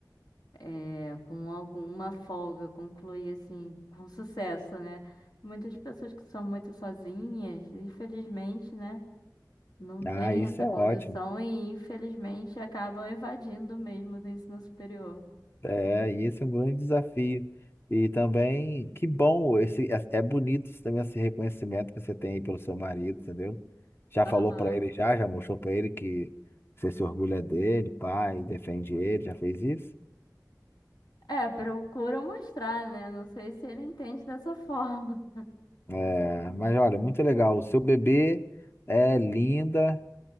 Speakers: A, on the left (about 70°); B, on the left (about 35°).
A: é, com alguma folga, concluir assim, com sucesso, né? Muitas pessoas que são muito sozinhas, infelizmente, né? Não têm
B: Ah, isso
A: essa
B: é
A: condição
B: ótimo.
A: e, infelizmente, acabam evadindo mesmo do ensino superior.
B: É, e esse é um grande desafio. E também, que bom, esse, é, é bonito esse- também esse reconhecimento que você tem aí pelo seu marido, entendeu? Já
A: Aham.
B: falou pra ele já, já mostrou pra ele que você se orgulha dele, pai, defende ele, já fez isso?
A: É, procura mostrar, né? Não sei se ele entende dessa forma.
B: É, mas olha, muito legal. O seu bebê é linda.